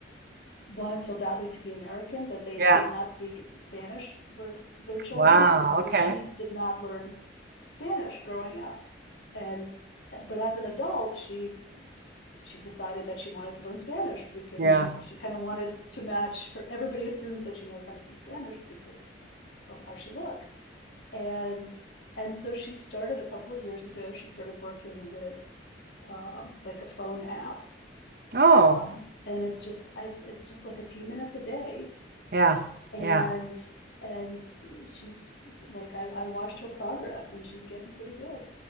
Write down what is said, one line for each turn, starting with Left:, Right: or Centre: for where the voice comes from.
Left: wanted so badly to be American that they
Right: Yeah.
Left: did not speak Spanish with their children.
Right: Wow.
Left: And so
Right: Okay.
Left: she did not learn Spanish growing up. And, but as an adult, she she decided that she wanted to learn Spanish because
Right: Yeah.
Left: she, she kind of wanted to match her. Everybody assumes that she knows how to speak Spanish because of how she looks. And and so she started a couple of years ago, she started working with um like a phone app.
Right: Oh.
Left: Um, and it's just I it's just like a few minutes a day.
Right: Yeah.
Left: And
Right: Yeah.
Left: and she's like I, I watched her progress and she's getting pretty good.